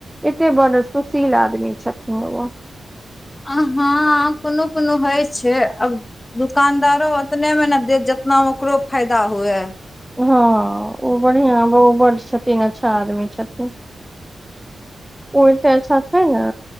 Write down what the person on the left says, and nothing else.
आ हँ कोनो कोनो होइ छै आब दुकानदारो ओतने मे ने देत जतनामे ओकरो फायदा हुए